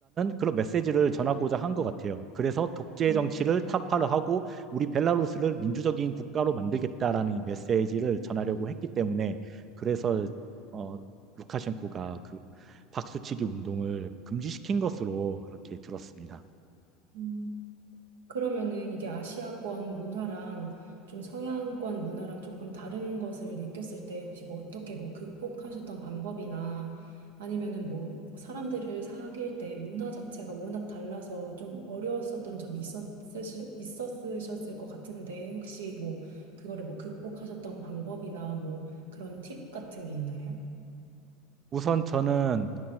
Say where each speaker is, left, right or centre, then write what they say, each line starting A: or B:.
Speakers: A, on the right; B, on the right.
A: 그런 메시지를 전하고자 한 것 같아요. 그래서 독재
B: 음,
A: 정치를 타파를 하고 우리 벨라루스를 민주적인 국가로 만들겠다라는 이 메시지를 전하려고 했기 때문에 그래서 어, 루카셴코가 그 박수치기 운동을 금지시킨 것으로 그렇게 들었습니다.
B: 음. 그러면은 이게 아시아권 문화랑 좀 서양권 문화랑 조금 다른 것을 느꼈을 때 혹시 뭐 어떻게 뭐 극복하셨던 방법이나 아니면은 뭐 사람들을 사귈 때 문화 자체가 워낙 달라서 좀 어려웠었던 점이 있었으시, 있었으셨을 것 같은데 혹시 뭐 그거를 뭐 극복하셨던 방법이나 뭐 그런 팁 같은 게 있나요?
A: 우선 저는